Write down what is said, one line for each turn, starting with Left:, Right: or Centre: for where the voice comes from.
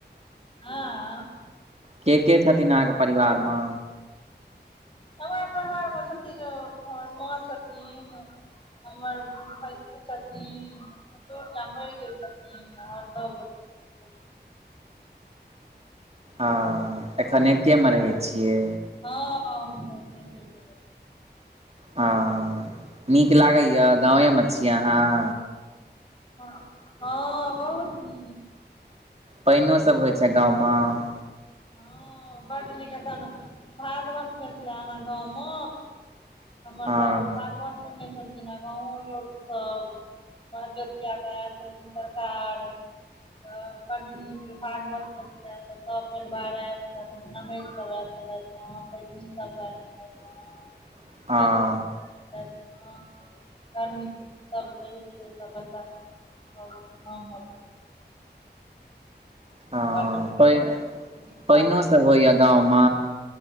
Left: हाँ
Right: के के छथिन अहाँके परिवार म
Left: हमरा परिवार मे छथिन हमर माँ छथिन हमर भैसुर छथिन ससुरटा मइर गेल छथिन आर सब गोटा <inaudible>
Right: अ एखन एकेमे रहै छियै
Left: हँ <inaudible>
Right: हँ नीक लागैए गामे म छी अहाँ
Left: हँ बहुत नीक
Right: पइनो सब होइ छै गाँवम
Left: हँ बड नीक <inaudible> अखन भागवत भेल छले हमर गाँंव म हमर
Right: हँ
Left: सॅस भागवत सुनने छल इनहर गाँंवो लोक सब भरदुतिया मे आयल छलखिन सरकार अ बड नीक भागवत भेल छलै सब पैलवार आय छलैथ हमर ननैद सब आयछलथ हमर भैगनि सब आयैल छलथ
Right: <inaudible>
Left: <inaudible> <inaudible>
Right: हँ
Left: गर्मी छुटी सब भेल छलै त बच्चा सब <inaudible>
Right: ह
Left: बड
Right: पइ
Left: नीक
Right: पैनो
Left: भागवत
Right: सब होइया गाँवम